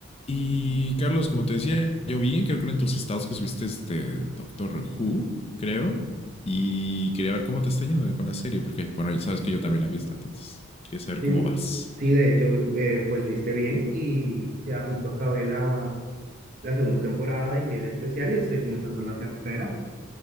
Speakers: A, on the left (about 30°); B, on the right (about 40°).
A: Y Carlos, como te decía, yo vi, creo que en tus estados que subiste este Doctor Who, creo, y quería ver cómo te está yendo de con la serie, porque, bueno, ya sabes que yo también la he visto, entonces quería saber
B: Sí,
A: cómo vas.
B: sí, de hecho, eh, pues viste bien y ya justo acabé la, la segunda temporada y viene especial y estoy comenzando la tercera.